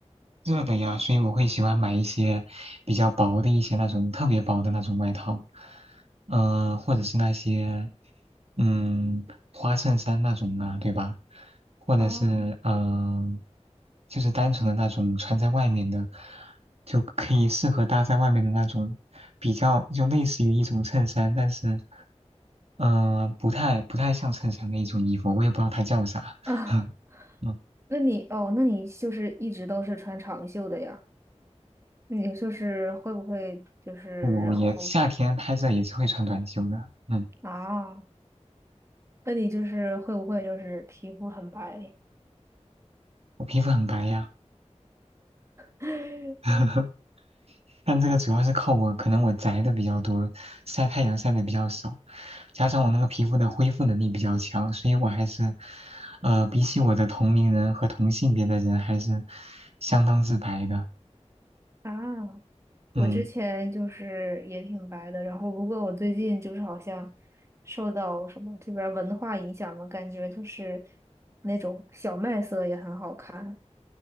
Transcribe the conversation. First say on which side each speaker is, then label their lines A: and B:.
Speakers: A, on the right; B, on the right.
A: 热的呀，所以我会喜欢买一些比较薄的一些那种特别薄的那种外套，嗯、或者是那些嗯花衬衫那种啊，对吧？或者是嗯、
B: 啊
A: 呃就是单纯的那种穿在外面的，就可以适合搭在外面的那种，比较就类似于一种衬衫，但是嗯、呃不太不太像衬衫的一种衣服，我也不知道它叫啥。
B: 啊，
A: <laughs>
B: <laughs>
A: 嗯，
B: 那你哦，那你就是一直都是穿长袖的呀？那你就是会不会就是然后
A: 我也夏天拍热也是会穿短袖的。嗯。
B: 啊？那你就是会不会就是皮肤很白
A: 我皮肤很白呀，
B: <laughs>
A: <laughs> 但这个主要是靠我，可能我宅的比较多，晒太阳晒的比较少，加上我那个皮肤的恢复能力比较强，所以我还是，呃，比起我的同龄人和同性别的人，还是相当之白的。
B: 啊？我之前就是也挺白的，
A: 嗯，
B: 然后不过我最近就是好像受到什么这边儿文化影响嘛，感觉就是那种小麦色也很好看。